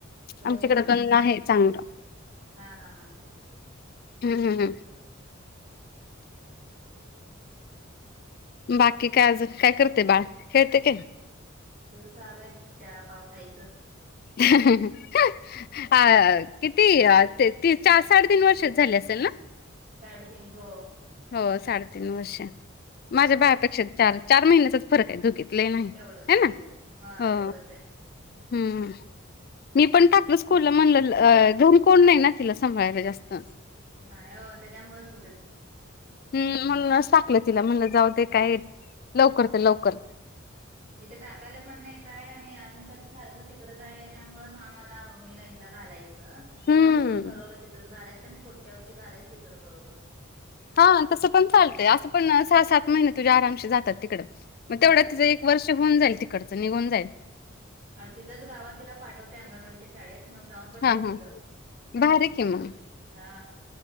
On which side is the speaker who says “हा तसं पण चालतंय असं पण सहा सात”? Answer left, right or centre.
Left